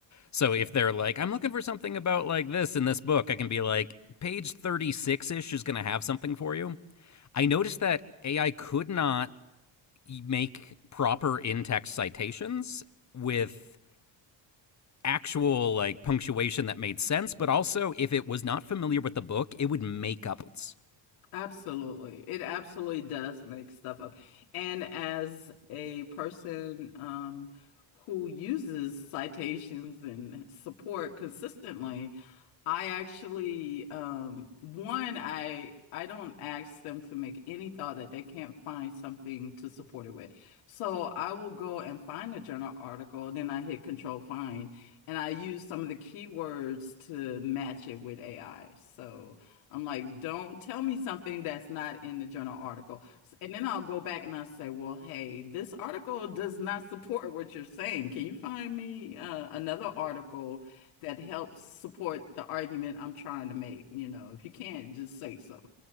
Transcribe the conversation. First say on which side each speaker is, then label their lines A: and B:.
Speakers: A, on the left (about 35°); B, on the left (about 85°).
A: So if they're like, I'm looking for something about like this in this book, I can be like, page 36 ish is going to have something for you. I noticed that AI could not make proper in text citations with actual like punctuation that made sense, but also if it was not familiar with the book, it would make up. quotes.
B: Absolutely. It absolutely does make stuff up. And as a person um, who uses citations and support consistently, I actually um, one, I I don't ask them to make any thought that they can't find something to support it with. So I will go and find a journal article, then I hit control find, and I use some of the keywords to match it with AI. So I'm like, don't tell me something that's not in the journal article. S- And then I'll go back and I'll say, well, hey, this article does not support what you're saying. Can you find me uh, another article that helps support the argument I'm trying to make? You know, if you can't, just say so.